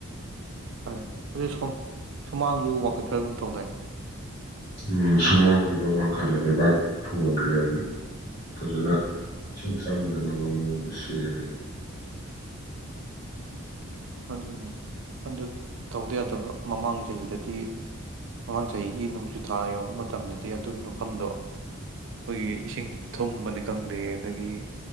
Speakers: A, on the right (about 55°); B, on the left (about 35°).
A: ꯐꯔꯦ ꯑꯗꯨ ꯁꯨꯃꯥꯡꯁꯨ ꯋꯥꯡꯈꯠ ꯈꯔꯒꯨꯝ ꯇꯧꯗꯣꯏꯅ
B: ꯎꯝ ꯁꯨꯃꯥꯡꯗꯨꯗ ꯋꯥꯡꯈꯜꯂꯦ ꯂꯩꯕꯥꯛ ꯊꯟꯒ꯭ꯔꯦ ꯐꯖꯅ ꯏꯁꯤꯡ ꯆꯪꯗꯅꯕ ꯃꯑꯣꯡꯗ ꯁꯦꯝꯃꯦ
A: ꯑꯗꯨꯝ ꯑꯗꯨ ꯇꯧꯗ ꯌꯥꯗꯕ ꯃꯃꯥꯡ ꯆꯍꯤꯗꯗꯤ ꯃꯃꯥꯡ ꯆꯍꯤꯒꯤ ꯅꯣꯡꯖꯨꯊꯥ ꯌꯧꯔꯛꯄ ꯃꯇꯝꯗꯗꯤ ꯑꯗꯨꯒꯤ ꯃꯐꯝꯗꯣ ꯑꯩꯈꯣꯏꯒꯤ ꯏꯁꯤꯡ ꯊꯨꯝꯕꯅꯤ ꯈꯪꯗꯦ ꯑꯗꯒꯤ